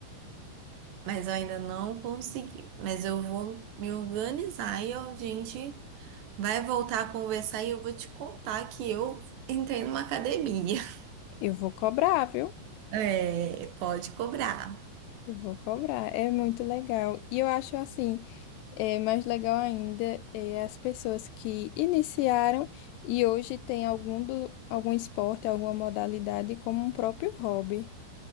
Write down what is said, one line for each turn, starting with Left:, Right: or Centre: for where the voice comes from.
Right: mas eu ainda não consegui. Mas eu vou me organizar e a gente vai voltar a conversar e eu vou te contar que eu entrei numa academia. <laughs>
Left: Eu vou cobrar, viu?
Right: É, pode cobrar.
Left: Eu vou cobrar. É muito legal. E eu acho assim. É, mais legal ainda é as pessoas que iniciaram e hoje têm algum, do, algum esporte, alguma modalidade como um próprio hobby.